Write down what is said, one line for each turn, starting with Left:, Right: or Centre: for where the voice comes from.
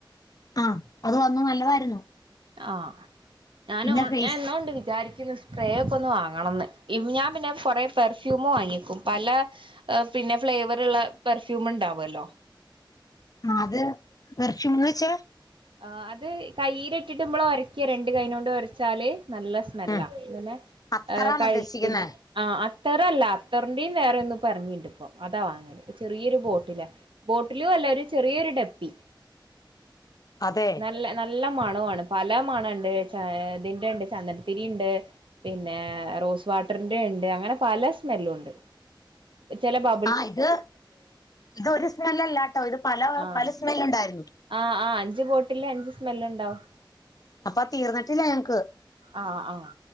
Left: ആഹ് അത് വന്നു നല്ലതായിരുന്നു
Right: ആഹ് ഞാനു
Left: പിന്നെ ഫേസ്
Right: ഞാൻ എന്നോ കൊണ്ട് വിചാരിക്കുന്നു സ്പ്രേ ഒക്കെയൊന്ന് വാങ്ങണോന്ന് ഞാൻ പിന്നെ കൊറേ പെർഫ്യൂമും വാങ്ങിക്കും പല പിന്നെ ഫ്ലേവറുള്ള പെർഫ്യൂം ഉണ്ടാവുമല്ലോ
Left: ആഹ് അത് പെർഫ്യൂമെന്ന് വെച്ചാ
Right: ആഹ് അത് കൈയ്യിൽ ഇട്ടിട്ട് മ്മള് ഒരയ്ക്ക രണ്ട് കൈയ്യും കൊണ്ട് ഉരച്ചാല് നല്ല സ്മെല്ലാ
Left: ഉം
Right: ഇങ്ങനെ
Left: അത്തറാണ്
Right: ഏഹ് കഴുത്തില്
Left: ഉദ്ദേശിക്കുന്നേ
Right: ആഹ് അത്തറല്ല അത്തറിന്റെയും വേറെ ഒന്നിപ്പെറങ്ങിയിട്ടുണ്ട് ഇപ്പോ അതാ വാങ്ങ ചെറിയൊരു ബോട്ടിലാ ബോട്ടിലും അല്ല ഒരു ചെറിയൊരു ഡപ്പി
Left: അതെ
Right: ഇല്ല നല്ല മണമാണ് പല മണുണ്ട് ഇതിന്റെ ഉണ്ട് ചന്ദനത്തിരിയുണ്ട് പിന്നെ റോസ് വാട്ടറിന്റെയുണ്ട് അങ്ങനെ പല സ്മെല്ലുമുണ്ട് ചെല ബാ
Left: ആഹ് ഇത് ഇതൊരു സ്മെല്ലല്ലാട്ടോ ഇത് പല
Right: ആഹ്
Left: പല സ്മെല്ലുണ്ടായിരുന്നു
Right: ആഹ് ആഹ് അഞ്ച് ബോട്ടില് അഞ്ച് സ്മെല്ലുണ്ടാവും
Left: അപ്പൊ തീർന്നിട്ടില്ല ഞങ്ങക്ക്
Right: ആഹ് ആഹ്